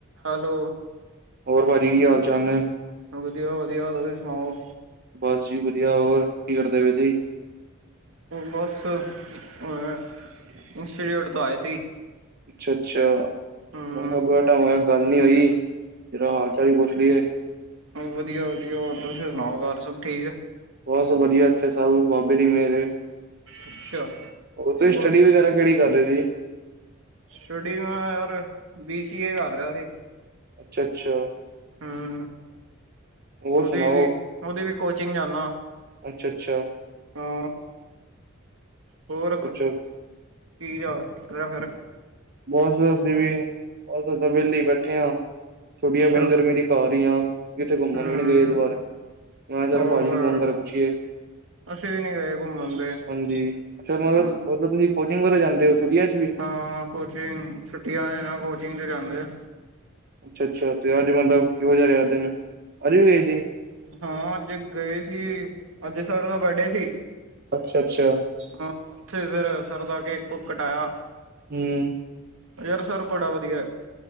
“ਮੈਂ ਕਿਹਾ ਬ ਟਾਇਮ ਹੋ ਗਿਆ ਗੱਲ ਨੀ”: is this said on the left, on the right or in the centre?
Right